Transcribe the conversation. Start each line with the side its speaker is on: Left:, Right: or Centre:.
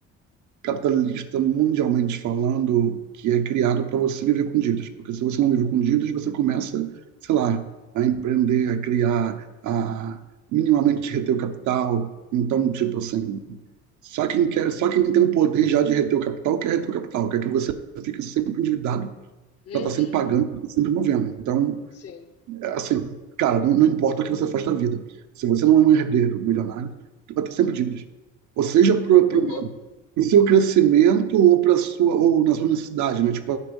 Right: capitalista, mundialmente falando, que é criado para você viver com dívidas. Porque se você não vive com dívidas, você começa, sei lá, a empreender, a criar, a minimamente reter o capital. Então, tipo assim, só quem quer, só quem tem o poder já de reter o capital quer reter o capital, quer que você fique sempre endividado
Left: Uhum,
Right: para estar sempre pagando, sempre movendo. Então,
Left: sim.
Right: Assim, cara, não, não importa o que você faz da vida. Se você não é um herdeiro milionário, tu vai ter sempre dívidas. Ou seja,
Left: Uhum,
Right: pro,
Left: uhum.
Right: pro, pro seu crescimento ou para sua ou na sua necessidade, né? Tipo